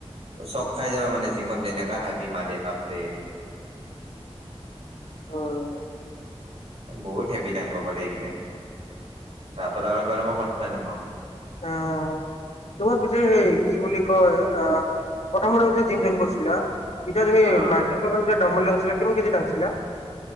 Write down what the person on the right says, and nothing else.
চক খাই যাবা মানে জিমত যেনেককা হোবি মাৰে বাপটোৱে।
বহুত হেভি দাঙব পাৰে এইকেইটাই ৰাতৰ আগত বাৰু মই পাই নাপাওঁ।
অ